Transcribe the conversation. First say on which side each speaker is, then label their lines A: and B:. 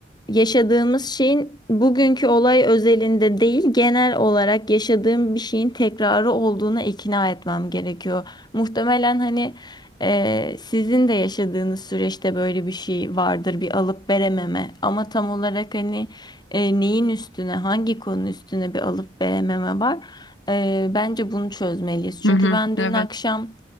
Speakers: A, on the left; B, on the left.
A: yaşadığımız şeyin bugünkü olay özelinde değil genel olarak yaşadığım bir şeyin tekrarı olduğuna ikna etmem gerekiyor. Muhtemelen hani e, sizin de yaşadığınız süreçte böyle bir şey vardır bir alıp verememe ama tam olarak hani e, neyin üstüne hangi konu üstüne bir alıp verememe var. Ee, bence bunu çözmeliyiz. Çünkü
B: Hı hı.
A: ben
B: Evet.
A: dün akşam